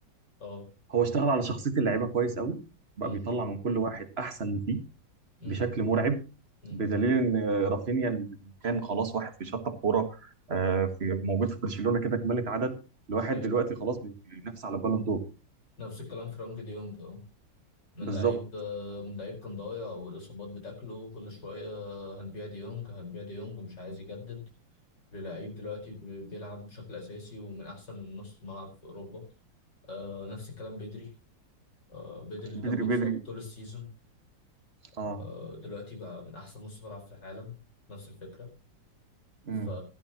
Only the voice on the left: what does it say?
اه
مم.
مم.
مم.
ايوه
نفس الكلام فرانك دي يونج اه من
لعيب آه، من لعيب كان ضايع والإصابات بتاكله كل شوية آه، هنبيع دي يونج هنبيع دي يونج مش عايز يجدد للعيب دلوقتي بي- بيلعب بشكل أساسي ومن أحسن نص ملعب في أوروبا آه نفس الكلام بدري آه بدري اللي
كان بيتصاب
طول السيزون
آه دلوقتي بقى من احسن نص ملعب في العالم نفس الفكره
ف...